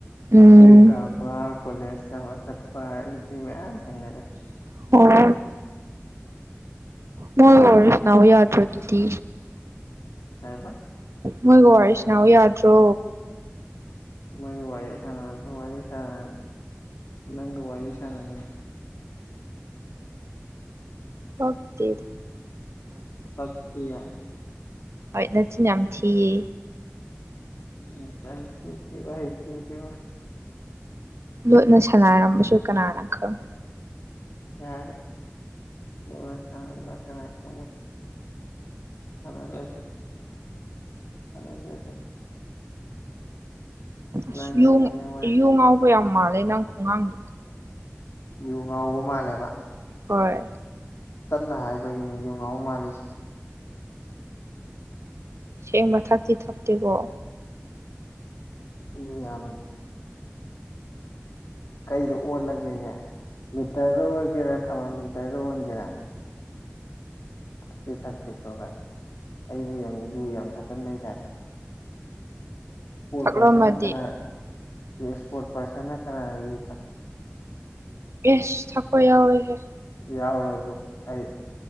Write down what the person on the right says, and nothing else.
ꯎꯝ
ꯑꯣ ꯃꯣꯏ ꯑꯣꯏ ꯋꯥꯔꯤ ꯁꯅꯥꯎ ꯌꯥꯗ꯭ꯔꯣ ꯑꯗꯨꯗꯤ
ꯃꯣꯏꯒ ꯋꯥꯔꯤ ꯁꯅꯥꯎ ꯌꯥꯗ꯭ꯔꯣ
ꯄꯛꯇꯦ ꯑꯗꯨ
ꯍꯣꯏ ꯅꯆꯤꯟ ꯌꯥꯝ ꯊꯤꯌꯦ
ꯂꯣꯠꯅ ꯁꯥꯟꯅꯥꯔꯝꯕꯁꯨ ꯀꯅꯥꯅ ꯈꯪ
ꯑꯁ
ꯌꯨꯡ
ꯌꯨ ꯉꯥꯎꯕ ꯌꯥꯝ ꯃꯥꯜꯂꯦ ꯅꯪ ꯈꯨꯉꯥꯡꯗꯣ
ꯍꯣꯏ
ꯁꯦꯡꯕ ꯊꯛꯇꯤ ꯊꯛꯇꯦꯀꯣ
ꯊꯛꯂꯝꯃꯗꯤ
ꯕꯦꯁ ꯊꯛꯄ ꯌꯥꯎꯔꯤꯦꯍꯦ